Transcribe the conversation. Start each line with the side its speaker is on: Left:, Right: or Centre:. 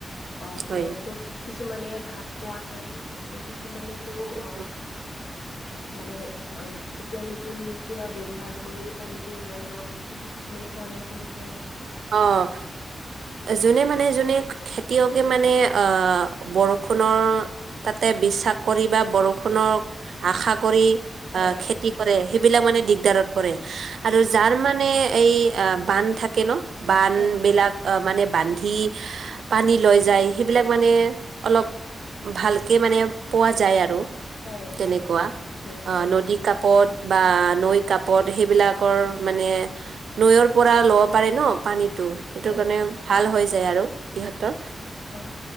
Left: অহ
Right: হয়
Left: কি কিছুমানে ধান পোৱা নাই ত কিছুমানেতো অ।
Right: উম।
Left: মানে অক্ষ এতিয়া নতুন কিবা ব্যৱহাৰ কৰি পানীটো উওলাই লয় কিন্তু কিছুমান। পোৱা নাই তেনেকুৱাই।
Right: অহ। জোনে মানে জোনে খেতিয়কে মানে অহ বৰষুণৰ তাতে বিশ্বাস কৰি বা বৰষুণক আশা কৰি।
Left: হয়
Right: অহ খেতি কৰে সেইবিলাক মানে দিগদাৰত পৰে আৰু
Left: হয়
Right: যাৰ মানে। এই অ বান্ধ থাকে ন বান্ধ
Left: হয়
Right: বিলাক অ মানে। বান্ধি পানী লৈ যায় সেইবিলাক মানে অলপ। ভালকে মানে পোৱা যায় আৰু
Left: হয়
Right: তেনেকুৱা
Left: তাহত লৈ
Right: অ
Left: যায়
Right: নদী কাপত। বা নৈ কাপত সেইবিলাকৰ মানে নৈৰ পৰা ল'ব পাৰে ন পানীত। ত সেইটো
Left: হয়
Right: কাৰণে ভাল হৈ যায় আৰু সিহঁতৰ।
Left: হয়।